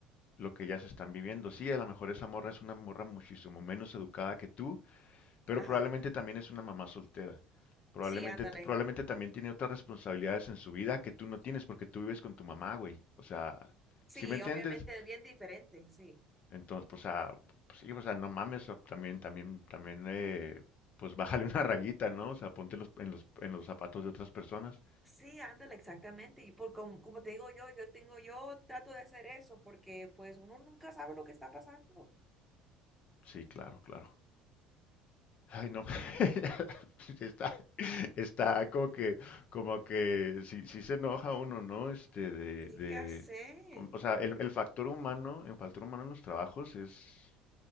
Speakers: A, on the left; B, in the centre.
A: lo que ellas están viviendo. Sí, a lo mejor esa morra es una morra muchísimo menos educada que tú, pero
B: ajá.
A: probablemente también es una mamá soltera. Probablemente,
B: Sí, ándale.
A: probablemente también tiene otras responsabilidades en su vida que tú no tienes porque tú vives con tu mamá, güey. O sea,
B: Sí,
A: ¿sí me entiendes?
B: obviamente es bien diferente, sí.
A: Entonces, pues, ah, pues sí, o sea, no mames, o también, también, también, eh, pues bájale <laughs> una rayita, ¿no? O sea, ponte los, en los, en los zapatos de otras personas.
B: Sí, ándale, exactamente. Y por com como te digo yo, yo tengo, yo trato de hacer eso porque pues uno nunca sabe lo que está pasando.
A: Sí, claro, claro. Ay, no. <laughs> Está, está como que, como que si si se enoja uno, ¿no? Este, de,
B: Sí,
A: de,
B: ya sé.
A: o sea, el, el factor humano, el factor humano en los trabajos es,